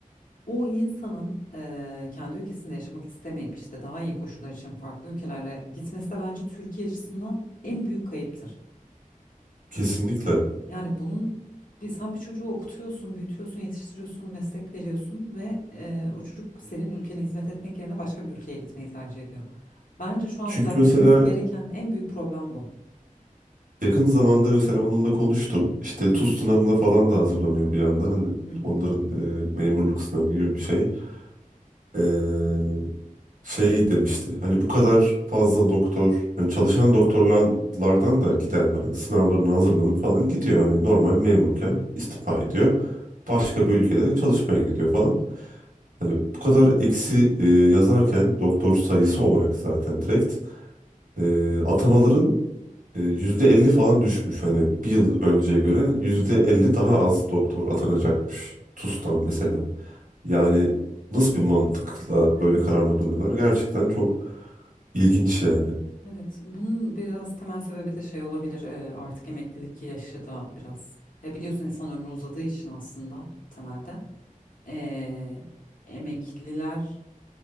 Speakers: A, on the left; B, on the right.
A: O insanın e, kendi ülkesinde yaşamak istemeyip işte daha iyi koşullar için farklı ülkelere gitmesi de bence Türkiye açısından en büyük kayıptır.
B: kesinlikle.
A: Yani bunun bir, sen bir çocuğu okutuyorsun, büyütüyorsun, yetiştiriyorsun, meslek veriyorsun ve e, o çocuk senin ülkene hizmet etmek yerine başka bir ülkeye gitmeyi tercih ediyor. Bence şu an
B: Çünkü
A: düzeltmemiz
B: mesela
A: gereken en büyük problem bu.
B: yakın zamanda mesela onunla konuştum. İşte
A: Hı hı.
B: TUS sınavına falan da hazırlanıyor bir yandan. Hani
A: Hı hı.
B: onların e, memurluk sınavı gibi bir şey. Ee, şey demişti. Hani bu kadar fazla doktor, hani çalışan doktorlardan da giden var. Hani sınavlarına hazırlanıp falan gidiyor. Hani normal memurken istifa ediyor. Başka bir ülkede çalışmaya gidiyor falan. Hani bu kadar eksi e, yazarken doktor sayısı olarak zaten direkt e, atamaların e, %50 falan düşmüş. Hani bir yıl önceye göre %50 daha az doktor atanacakmış. TUS'tan mesela. Yani nasıl bir mantıkla
A: Evet.
B: böyle kararlar alıyorlar? Gerçekten çok ilginç yani.
A: Evet, bunun biraz temel sebebi de şey olabilir. e, artık emeklilik yaşı da biraz. Ya biliyorsun insan ömrü uzadığı için aslında temelde e, emekliler